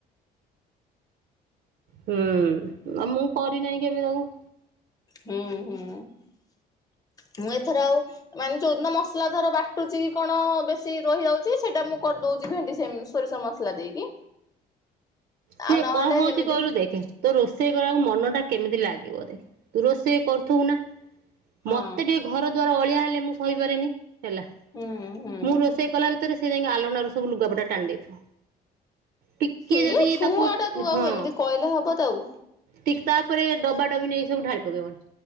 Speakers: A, on the right; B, on the left.
A: ହୁଁ ଆଉ ମୁଁ କରିନାହିଁ କେବେ ତାକୁ
B: ହୁଁ ହୁଁ। ମୁଁ ଏଥର ଆଉ ମାନେ ଯୋଉ ଦିନ ମସଲା ଧର ବାଟୁଛି କି କଣ ବେଶୀ ରହି ଯାଉଛି ସେଇଟା ମୁଁ କରିଦେଉ ଭେଣ୍ଡି ସେ ସୋରିଷ ମସଲା ଦେଇକି
A: ସିଏ
B: ଆଉ ନହେଲେ
A: କଣ ହଉଛି
B: ଏମିତି
A: କହିଲୁ ଦେଖେ ତୋ ରୋଷେଇ କରିବାକୁ ମନ ଟା କେମିତି ଲାଗେ ରୋଷେଇ କରୁଥିବୁ ନା
B: ହଁ
A: ମତେ ଟିକେ ଘର ଦ୍ୱାର ଅଳିଆ ହେଲେ ହେଲେ ମୁଁ ସହି ପାରେନି ହେଲା
B: ହୁଁ ହୁଁ
A: ମୁଁ ରୋଷେଇ କଲା ଭିତରେ ସେ ଯାଇକି ଆଲଣା ରୁ ସବୁ ଲୁଗାପଟା ଟାଣି ଦେଇଥିବ ଟିକିଏ
B: ସିଏ
A: ଯଦି ତାକୁ
B: ଛୁଆ ଟା ତୁ ଆଉ
A: ହଁ
B: ଏମିତି କହିଲେ ହବ ତାକୁ
A: ଠିକ୍ ତାପରେ ଡବା ଡବି ନେଇ ସବୁ ଢାଳି ପକେଇବ